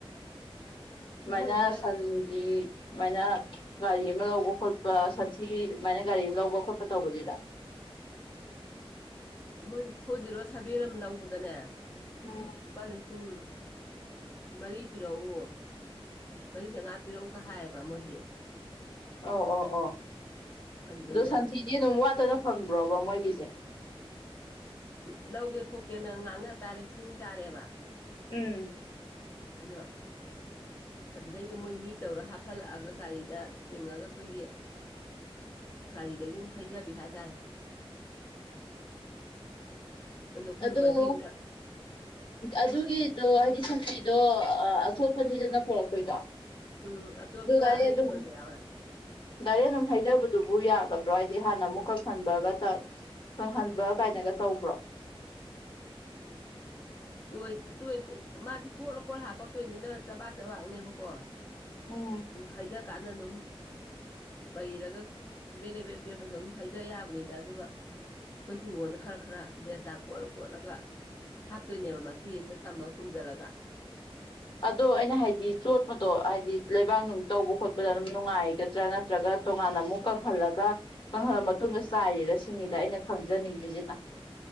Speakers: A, on the left; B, on the left.
A: ꯁꯨꯃꯥꯏꯅ
B: ꯃꯣꯏꯁꯦ
A: ꯁꯟꯒꯤ ꯁꯨꯃꯥꯏꯅ ꯒꯥꯔꯤ ꯑꯃ ꯂꯧꯕ ꯈꯣꯠꯄ ꯁꯟꯊꯤ ꯗꯨꯃꯥꯏꯅ ꯒꯥꯔꯤ ꯑꯃ ꯂꯧꯕ ꯈꯣꯠꯄ ꯇꯧꯕꯁꯤꯗ
B: ꯃꯣꯏ ꯐꯣꯔ ꯖꯤꯔꯣ ꯁꯚꯦꯟ ꯑꯃ ꯂꯧꯕꯗꯅꯦ
A: ꯎꯝ
B: ꯄꯥ ꯂꯤꯁꯤꯡ ꯃꯔꯤ ꯄꯤꯔꯛꯎ ꯃꯔꯤ ꯆꯉꯥ ꯄꯤꯔꯛꯎꯒ ꯍꯥꯏꯌꯦꯕ ꯃꯣꯏꯗꯤ
A: ꯑꯧ ꯑꯣ ꯑꯣ
B: ꯑꯗꯨꯗꯩꯗ
A: ꯑꯗꯨ ꯁꯟꯊꯤꯗꯤ ꯑꯗꯨꯝ ꯋꯥꯠꯇꯅ ꯐꯪꯕ꯭ꯔꯣꯕ ꯃꯣꯏꯒꯤꯖꯦ
B: ꯎꯝ ꯂꯧꯒꯦ ꯈꯣꯠꯀꯦꯅ ꯉꯥꯡꯅ ꯇꯥꯔꯦ ꯁꯤꯡ ꯇꯥꯔꯦꯕ
A: ꯎꯝ
B: ꯑꯗꯣ ꯑꯗꯨꯗꯩꯗ ꯃꯣꯏ ꯃꯤ ꯇꯧꯔ ꯍꯥꯞꯐꯜꯂꯛꯑꯒ ꯒꯥꯔꯤꯗ ꯆꯤꯡꯉꯒ ꯑꯈꯣꯏꯒꯤ ꯒꯥꯔꯤꯗꯒꯤ ꯑꯃꯨꯛ ꯍꯩꯗꯕꯤ ꯍꯥꯏꯇꯥꯔꯦ ꯑꯩꯈꯣꯏꯅ
A: ꯑꯗꯣ
B: ꯃꯆꯤꯟꯗ
A: ꯑꯗꯨꯒꯤꯗꯣ ꯍꯥꯏꯗꯤ ꯁꯟꯊꯤꯗꯣ ꯑ ꯑꯆꯣꯠꯄꯅꯤꯗꯅ ꯄꯣꯔꯛꯇꯣꯏꯗꯣ
B: ꯎꯝ ꯑꯆꯣꯠꯄ
A: ꯑꯗꯨ ꯗꯥꯏꯔꯦꯛ
B: ꯑꯔꯤꯕ
A: ꯑꯗꯨꯝ
B: ꯗꯣ ꯌꯥꯎꯔꯦ
A: ꯗꯥꯏꯔꯦꯛ ꯗꯨꯝ ꯍꯩꯗꯕꯗꯨꯕꯨ ꯌꯥꯒꯗ꯭ꯔꯣ ꯍꯥꯏꯗꯤ ꯍꯥꯟꯅ ꯑꯃꯨꯛ ꯀꯣꯍꯟꯕꯒ ꯇꯛ ꯀꯪꯍꯟꯕ ꯀꯥꯏꯅꯒ ꯇꯧꯕ꯭ꯔꯣ
B: ꯇꯣꯏ ꯇꯣꯏ <unintelligible> ꯃꯥꯗꯤ ꯀꯣꯠꯂ ꯀꯣꯠꯂ ꯍꯥꯞꯄꯛꯇꯨꯏꯅꯤꯅ ꯆꯕꯥꯛ ꯆꯕꯥꯛꯅꯦꯕꯀꯣ
A: ꯎꯝ
B: ꯎꯝ ꯍꯩꯗꯥ ꯀꯥꯟꯗ ꯑꯗꯨꯝ ꯄꯩꯔꯒ ꯕꯦꯔꯦꯕꯦ ꯄꯦꯠꯄꯗꯣ ꯑꯗꯨꯝ ꯍꯩꯗꯥ ꯌꯥꯕꯅꯤꯗ ꯑꯗꯨꯒ ꯑꯩꯈꯣꯏ ꯍꯤꯡꯒꯣꯟꯗ ꯈꯔ ꯈꯔ ꯕꯦꯔꯆꯥꯟ ꯀꯣꯠꯂ ꯀꯣꯠꯂꯒ ꯍꯥꯞꯇꯨꯏꯅꯦꯕ ꯃꯆꯤ ꯑꯃꯗ ꯊꯝꯃꯒ ꯀꯨꯝꯖꯜꯂꯒ
A: ꯑꯗꯣ ꯑꯩꯅ ꯍꯥꯏꯗꯤ ꯆꯣꯠꯄꯗꯣ ꯍꯥꯏꯗꯤ ꯂꯩꯕꯥꯛ ꯅꯨꯡ ꯇꯧꯕ ꯈꯣꯠꯄꯗ ꯑꯗꯨꯝ ꯅꯨꯡꯉꯥꯏꯒꯗ꯭ꯔꯥ ꯅꯠ ꯇ꯭ꯔꯒ ꯇꯣꯉꯥꯟꯅ ꯑꯃꯨꯛ ꯀꯪꯍꯜꯂꯒ ꯀꯪꯍꯜꯂ ꯃꯇꯨꯡꯗ ꯆꯥꯏꯔꯤꯔ ꯁꯤꯅꯤꯗ ꯑꯩꯅ ꯈꯪꯖꯅꯤꯡꯉꯤꯖꯤꯅ